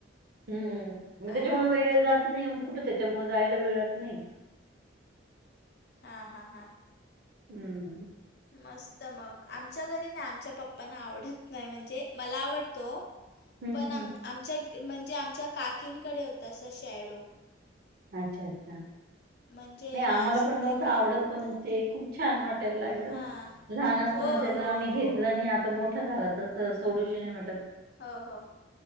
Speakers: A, on the right; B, on the left.
A: हम्म...
B: हां
A: मग... त्याच्यामुळे वेळ जात नई... मग कुठं त्याच्यामुळं जायला मिळत नाई.
B: हा हा हां,
A: हम्म.
B: मस्त मग... आमच्या घरी ना... आमच्या पप्पांना आवडत नाई... म्हणजे मला आवडतो.
A: हं,
B: पण...
A: हं,
B: आ...
A: हं.
B: आमच्या म्हणजे... आमच्या काकींकडे होता असा शॅडो.
A: अच्छा... अच्छा...
B: म्हणजे
A: नाई....
B: हां
A: आम्हाला पण नव्हतं
B: ते काय
A: आवडत...
B: बोलतात
A: पण ते खूप छान वाटायला लागलं...
B: हां
A: लहान असताना
B: हो
A: त्याला
B: हो
A: आम्ही घेतलं
B: हो
A: नई... आता मोठ -ठा झालं... तसं सोडूशी नाई वाटत.
B: हो... हो...